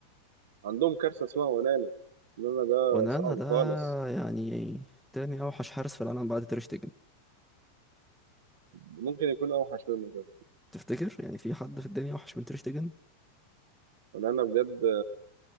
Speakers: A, on the right (about 60°); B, in the centre.
A: عندهم كارثة اسمها ونانا ونانا ده
B: ونانا
A: صعب
B: ده
A: خالص
B: يعني تاني أوحش حارس في العالم بعد تيرشتيجن
A: ممكن يكون أوحش منه كمان
B: تفتكر يعني في حد في الدنيا أوحش من تيرشتيجن
A: ونانا بجد